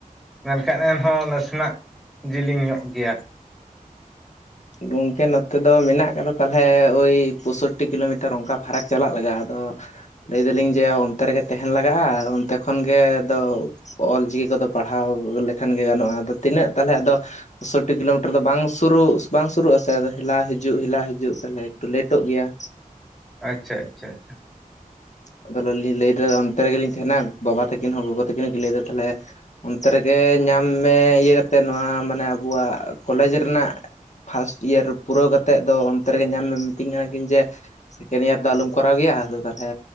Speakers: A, in the centre; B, on the left.
A: ᱢᱮᱱ ᱠᱷᱟᱱ ᱮᱱᱦᱚᱸ ᱱᱟᱹᱥᱤᱱᱟᱜ ᱡᱤᱞᱤᱧ ᱧᱚᱜ ᱜᱮᱭᱟ᱾
B: ᱜᱚᱝᱠᱮ ᱱᱚᱛᱮ ᱫᱚ ᱢᱮᱱᱟᱜ ᱠᱟᱫᱟ ᱛᱟᱞᱦᱮ ᱳᱭ ᱯᱚᱸᱥᱳᱚᱴᱴᱤ ᱠᱤᱞᱳᱢᱤᱴᱟᱨ ᱚᱱᱠᱟ ᱯᱷᱟᱨᱟᱠ ᱪᱟᱞᱟᱜ ᱞᱟᱜᱟᱜ-ᱟ, ᱟᱫᱚ ᱞᱟᱹᱭ ᱫᱟᱹᱞᱤᱧ ᱡᱮ ᱚᱱᱛᱮ ᱨᱮᱜᱮ ᱛᱮᱦᱮᱱ ᱞᱟᱜᱟᱜ-ᱟ, ᱚᱱᱛᱮ ᱠᱷᱚᱱ ᱜᱮ ᱫᱚ ᱚᱞ ᱪᱤᱠᱤ ᱠᱚᱫᱚ ᱯᱟᱲᱦᱟᱣ ᱞᱮᱠᱷᱟᱱ ᱜᱮ ᱜᱟᱱᱚᱜ-ᱟ, ᱟᱫᱚ ᱛᱤᱱᱟᱹᱜ ᱛᱟᱦᱚᱞᱮ ᱟᱫᱚ ᱯᱳᱥᱚᱴᱴᱤ ᱠᱤᱞᱳᱢᱤᱴᱟᱨ ᱫᱚ ᱵᱟᱝ ᱥᱩᱨᱩᱨᱜ ᱵᱟᱝ ᱥᱩᱨᱩᱜ-ᱟ ᱥᱮ ᱦᱮᱞᱟ ᱦᱤᱡᱩᱜ ᱦᱮᱞᱟ ᱦᱤᱡᱩᱜ ᱛᱟᱦᱚᱞᱮ ᱮᱠᱴᱩ ᱞᱮᱴᱚᱜ ᱜᱮᱭᱟ᱾
A: ᱟᱪᱪᱷᱟᱻᱟᱪᱷᱟᱻᱟᱪᱷᱟ᱾
B: ᱟᱫᱚ ᱞᱤᱧ ᱞᱟᱹᱭ ᱫᱟ ᱚᱱᱛᱮ ᱨᱮᱜᱮ ᱞᱤᱧ ᱛᱮᱦᱮᱸᱱᱟ ᱵᱟᱵᱟ ᱛᱟᱹᱠᱤᱱ ᱦᱚᱸ ᱜᱚᱜᱚ ᱛᱟᱹᱠᱤᱱ ᱦᱚᱸ ᱠᱤᱱ ᱞᱟᱹᱭ ᱫᱟ ᱛᱟᱞᱦᱮ ᱚᱱᱛᱮ ᱨᱮᱜᱮ ᱧᱟᱢ ᱢᱮ ᱤᱭᱟᱹ ᱠᱟᱛᱮᱜ ᱱᱚᱣᱟ ᱢᱟᱱᱮ ᱟᱹᱵᱩᱣᱟᱜ ᱠᱚᱞᱮᱡᱽ ᱨᱮᱱᱟᱜ ᱯᱷᱟᱥᱴ ᱤᱭᱟᱨ ᱯᱩᱨᱟᱹᱣ ᱠᱟᱛᱮᱜ ᱫᱚ, ᱚᱱᱛᱮ ᱨᱮᱜᱮ ᱧᱟᱢ ᱢᱮ ᱢᱤᱛᱤᱧ ᱠᱟᱱᱟ ᱠᱤᱱ ᱡᱮ ᱥᱮᱠᱮᱱ ᱤᱭᱟᱨ ᱫᱚ ᱟᱞᱩᱢ ᱠᱚᱨᱟᱣ ᱜᱮᱭᱟ ᱟᱫᱚ ᱛᱟᱞᱦᱮ